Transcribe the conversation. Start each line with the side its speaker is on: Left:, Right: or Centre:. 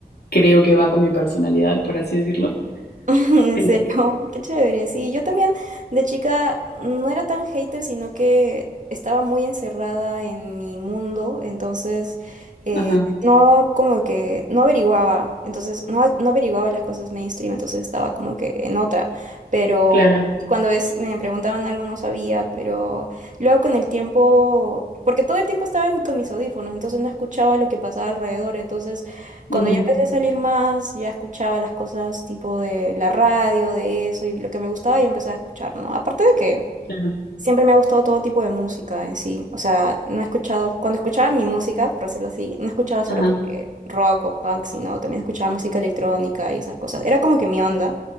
Left: creo que va con mi personalidad, por así decirlo.
Right: <laughs> En
Left: Pero,
Right: serio, qué chévere. Sí, yo también de chica no era tan hater, sino que estaba muy encerrada en mi mundo, entonces eh,
Left: ajá,
Right: no como que no averiguaba, entonces no, a- no averiguaba las cosas mainstream, entonces estaba como que en otra, pero
Left: claro.
Right: cuando es- me preguntaban algo no sabía, pero luego con el tiempo, porque todo el tiempo estaba en- con mis audífonos, entonces no escuchaba lo que pasaba alrededor, entonces... Cuando
Left: ujú,
Right: ya empecé a salir más, ya escuchaba las cosas tipo de la radio, de eso, y lo que me gustaba ya empecé a escuchar, ¿no? Aparte de que
Left: claro.
Right: siempre me ha gustado todo tipo de música en sí. O sea, no he escuchado, cuando escuchaba mi música, por decirlo así, no escuchaba solo
Left: Ajá,
Right: como que rock o punk, sino también escuchaba música electrónica y esas cosas. Era como que mi onda,